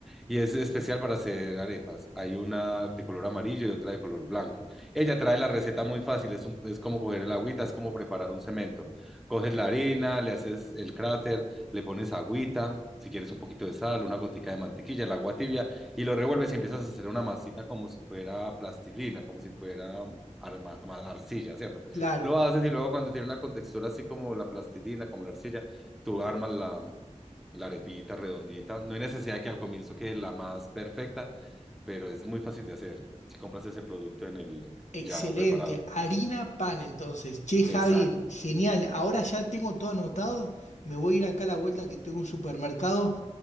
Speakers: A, in the centre; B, on the left.
A: y es especial para hacer arepas. Hay una de color amarillo y otra de color blanco. Ella trae la receta muy fácil, es, un- es como coger el agüita, es como preparar un cemento. Coges la harina, le haces el cráter, le pones agüita, si quieres un poquito de sal, una gotica de mantequilla, el agua tibia, y lo revuelves y empiezas a hacer una masita como si fuera plastilina, como si fuera arma- arcilla, ¿cierto?
B: claro.
A: Lo haces y luego cuando tiene una contextura así como la plastilina, como la arcilla, tú armas la, la arepita redondita. No hay necesidad de que al comienzo quede la más perfecta, pero es muy fácil de hacer si compras ese producto en el
B: Excelente,
A: ya preparado.
B: harina pan entonces. Che, Javi,
A: Exacto.
B: genial. Ahora ya tengo todo anotado. Me voy a ir acá a la vuelta que tengo un supermercado